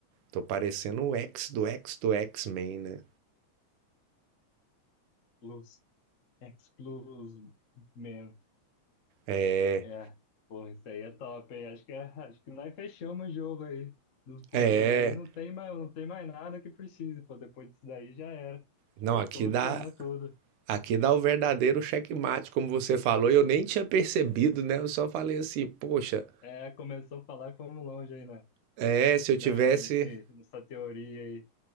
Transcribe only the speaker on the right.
Tô parecendo o X do X do X-Men, né?
É,
é,
não, aqui
dá,
aqui dá o verdadeiro checkmate, como você falou, e eu nem tinha percebido, né? Eu só falei assim, poxa,
é, se eu tivesse,